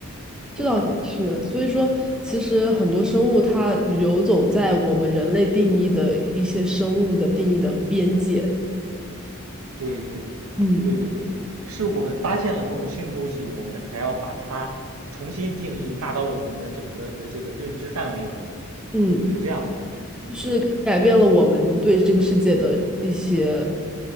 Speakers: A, in the centre; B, on the right.
A: 这倒也是，
B: 对，
A: 所以说，其实很多生物它游走在我们人类定义的一些生物的定义的边界，
B: 对对对，
A: 嗯
B: 对对对，不是我们发现了某种新的东西，我们才要把它重新定义，纳到我们的整个的这个认知范围里面，
A: 嗯，
B: 是这样的。
A: 就是改变了我们对这个世界的一些
B: 对